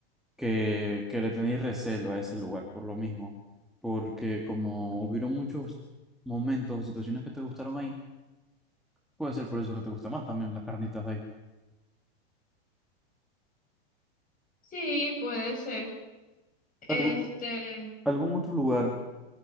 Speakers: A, in the centre; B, on the left.
A: que, que le tenéis recelo a ese lugar, por lo mismo. Porque como hubieron muchos momentos o situaciones que te gustaron ahí, puede ser por eso que te gusta más también las carnitas de ahí.
B: Sí, puede ser. Este,
A: ¿Algo, algún otro lugar